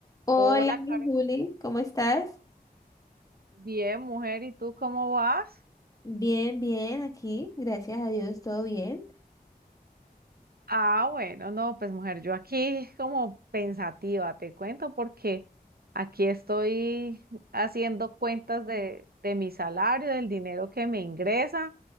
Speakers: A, on the left (about 20°); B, on the right (about 70°).
A: Hola,
B: Hola, Karen.
A: Juli, ¿cómo estás?
B: Bien, mujer, ¿y tú cómo vas?
A: Bien, bien, aquí, gracias a Dios, todo bien.
B: Ah, bueno, no, pues mujer, yo aquí como pensativa, te cuento, porque aquí estoy haciendo cuentas de, de mi salario, del dinero que me ingresa,